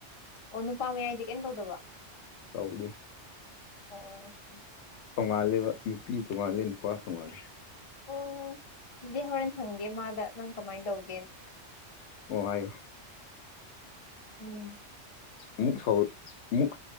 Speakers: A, on the left; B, on the left.
A: ꯑꯣ ꯅꯨꯄꯥ ꯃꯌꯥꯏꯗꯤ ꯀꯩꯅꯝ ꯇꯧꯗꯕ
B: ꯇꯧꯗꯦ
A: ꯑꯣ <unintelligible> <inaudible>
B: ꯇꯣꯉꯥꯜꯂꯦꯕ ꯅꯨꯄꯤ ꯇꯣꯉꯥꯜꯂꯦ ꯅꯨꯄꯥ ꯇꯣꯉꯥꯂꯦ
A: ꯑꯣ ꯑꯗꯨꯗꯤ ꯍꯣꯔꯦꯟ ꯍꯪꯒꯦ ꯃꯥꯗ ꯅꯪ ꯀꯃꯥꯏꯅ ꯇꯧꯒꯦꯅ
B: ꯑꯣ ꯑꯌꯣ <inaudible> <unintelligible>
A: ꯎꯝ <unintelligible> <inaudible>
B: ꯑꯃꯨꯛ ꯁ ꯑꯃꯨꯛ